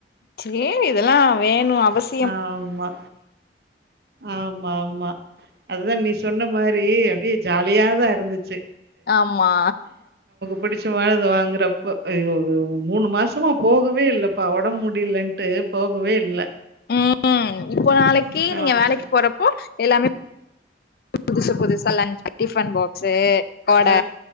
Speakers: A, on the left (about 55°); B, on the right (about 60°).
A: சேரி இதெல்லா வேணு அவஸ்
B: ஆமா ஆமாம்மா அத்தா நீ சொன்ன மாரி அப்டியே ஜாலியாதா இருந்துச்சி
A: ஆமா
B: பிடிச்சமானத வாங்குறப்ப அய்யய்யோ மூணு மாசமா போகவே இல்லப்பா ஒடம்பு முடிலன் ட்டு போகவே இல்ல
A: ம் ம் இப்போ நாளைக்கு நீங்க
B: ஆமா.
A: வேலைக்கு போறப்போ எல்லாமே புதுசு புதுசா லன்ஞ் டிஃபன் பாக்ஸ்சே கொட
B: அ,